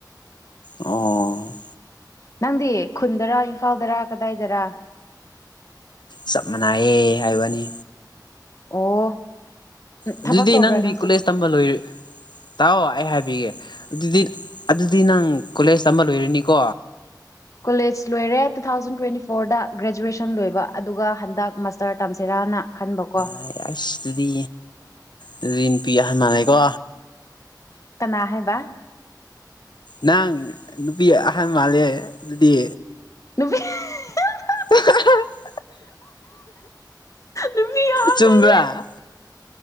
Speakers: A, on the left; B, on the left.
A: ꯑꯣ
B: ꯅꯪꯗꯤ ꯈꯨꯟꯗꯔ ꯏꯝꯐꯥꯜꯗꯔ ꯀꯗꯥꯏꯗꯔ
A: ꯆꯞ ꯃꯥꯟꯅꯩꯌꯦ ꯍꯥꯏꯕꯅꯤ
B: ꯑꯣ ꯎꯝ
A: ꯑꯗꯨꯗꯤ
B: ꯊꯕꯛ ꯇꯧꯕ꯭ꯔꯥ
A: ꯅꯪꯗꯤ
B: ꯅꯪꯁꯨ
A: ꯀꯣꯂꯦꯖ ꯇꯝꯕ ꯂꯣꯏꯔ ꯇꯥꯛꯑꯣ ꯑꯩ ꯍꯥꯏꯕꯤꯒꯦ ꯑꯗꯨꯗꯤ ꯑꯗꯨꯗꯤ ꯅꯪ ꯀꯣꯂꯦꯖ ꯇꯝꯕ ꯂꯣꯏꯔꯅꯤꯀꯣ
B: ꯀꯣꯂꯦꯖ ꯂꯣꯏꯔꯦ ꯇꯨ ꯊꯥꯎꯖꯟ ꯇ꯭ꯋꯦꯟꯇꯤ ꯐꯣꯔꯗ ꯒ꯭ꯔꯦꯖꯨꯋꯦꯁꯟ ꯂꯣꯏꯕ ꯑꯗꯨꯒ ꯍꯟꯗꯛ ꯃꯁꯇꯔ ꯇꯝꯁꯤꯔꯥꯅ ꯈꯟꯕꯀꯣ
A: ꯑꯥꯏ ꯑꯩꯁꯇꯨꯗꯤ ꯗꯨꯗꯤ ꯅꯨꯄꯤ ꯑꯍꯟ ꯃꯥꯟꯂꯦꯀꯣ
B: ꯀꯅꯥ ꯍꯥꯏꯕ
A: ꯅꯪ ꯅꯨꯄꯤ ꯑꯍꯟ ꯃꯥꯜꯂꯦ ꯑꯗꯨꯗꯤ
B: ꯅꯨꯄꯤ <unintelligible>
A: ꯑꯍꯍ <unintelligible>
B: ꯅꯨꯃꯤ ꯑꯍꯟ
A: ꯆꯨꯝꯕ꯭ꯔꯥ
B: ꯑꯌꯦ